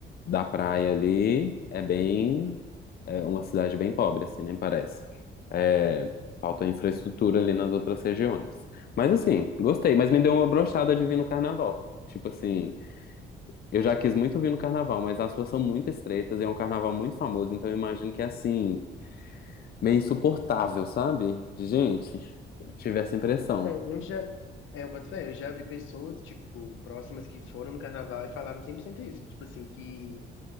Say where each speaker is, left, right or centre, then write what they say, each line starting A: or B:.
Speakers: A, on the left; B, on the left.
A: da praia ali, é bem, é uma cidade bem pobre, assim, nem parece. É, falta infraestrutura ali nas outras regiões. Mas assim, gostei, mas me deu uma brochada de vir no carnaval. Tipo assim, eu já quis muito vir no carnaval, mas as ruas são muito estreitas e é um carnaval muito famoso, então eu imagino que é assim, meio insuportável, sabe? De gente, tive essa impressão.
B: É, eu já... É, eu boto fé, eu já vi pessoas, tipo, próximas que foram no carnaval e falaram 100% isso. Tipo assim, que